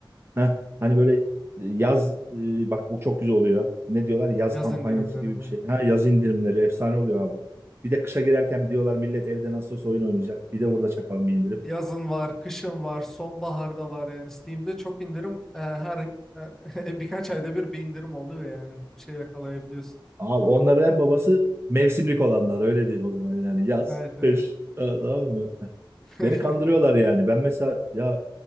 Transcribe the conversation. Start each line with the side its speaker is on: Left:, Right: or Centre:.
Right: heh, hani böyle e, yaz e, bak o çok güzel oluyor. Ne diyorlar? Yaz
Centre: yaz
Right: kampanyası
Centre: indirimlerimi.
Right: gibi bir şey. Ha yaz indirimleri efsane oluyor abi. Bir de kışa girerken diyorlar millet evde nasıl olsa oyun oynayacak. Bir de orada çakalım bir indirim.
Centre: Yazın var, kışın var, sonbaharda var yani Steam'de çok indirim e, her yani <laughs> birkaç ayda bir bir indirim oluyor yani. Bir şey yakalayabiliyorsun.
Right: Abi onların en babası mevsimlik olanlar öyle diyeyim o zaman yani yaz,
Centre: Evet evet.
Right: kış e, tamam mı?
Centre: <laughs>
Right: Beni kandırıyorlar yani. Ben mesela ya